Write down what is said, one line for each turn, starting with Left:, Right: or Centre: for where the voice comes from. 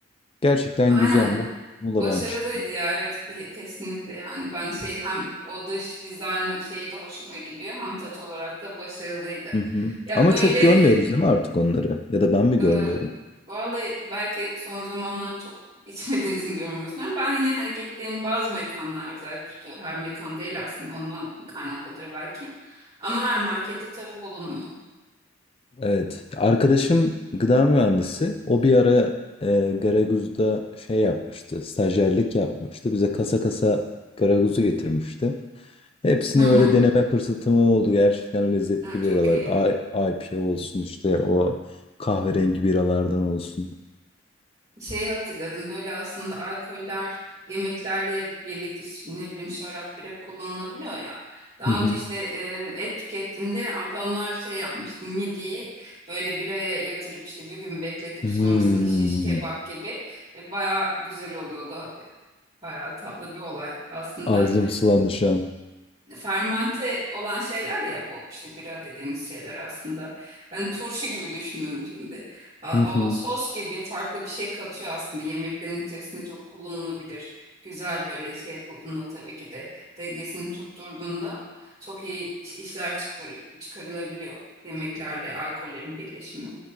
Left: Gerçekten
Right: <laughs> Aynen.
Left: güzel. Mu- Muğla'dan
Right: Başarılıydı
Left: çıkma.
Right: ya evet ki- kesinlikle yani ben şey hem o dış dizayn şeyi de hoşuma gidiyor hem tat olarak da başarılıydı.
Left: Hı hı.
Right: Ya
Left: Ama
Right: böyle
Left: çok görmüyoruz
Right: e,
Left: değil mi artık onları? Ya da ben mi görmüyorum?
Right: e, vallahi belki son zamanlar çok <laughs> içmediğin için görmüyorsun ama ben yine hani gittiğim bazı mekanlar özellikle tutuyor. Her mekan değil aslında ondan kaynaklıdır belki. Ama her markette tabii bulunmuyor.
Left: Evet. Arkadaşım gıda mühendisi. O bir ara e, Garaguz'da şey yapmıştı. Stajyerlik yapmıştı. Bize kasa kasa Garaguz'u getirmişti. Hepsini
Right: Hı hı.
Left: öyle deneme fırsatım oldu. Gerçekten lezzetli
Right: Evet, çok
Left: biralar.
Right: iyi.
Left: I- IPA olsun işte o kahverengi biralardan olsun.
Right: Şeyi hatırladım böyle aslında alkoller yemeklerle birlikte işte ne bileyim şarap bira kullanılabiliyor ya. Daha
Left: Hı hı.
Right: önce işte e, et tükettiğimde ablamlar şey yapmıştı midiyi böyle biraya yatırıp işte bir gün bekletip
Left: Hmm.
Right: sonrasında şiş kebap gibi ve baya güzel oluyordu. Baya tatlı bir olay aslında
Left: Ağzım sulandı şu an.
Right: fermente olan şeyler ya bu işte bira dediğimiz şeyler aslında. Ben turşu gibi düşünüyorum şimdi. A-
Left: Hı hı.
Right: O sos gibi farklı bir şey katıyor aslında yemeklerin içerisinde çok kullanılabilir. Güzel böyle şey yapıldığında tabii ki de dengesini tutturduğunda çok iyi iş- işler çıkar çıkarılabiliyor yemeklerle alkollerin birleşimi.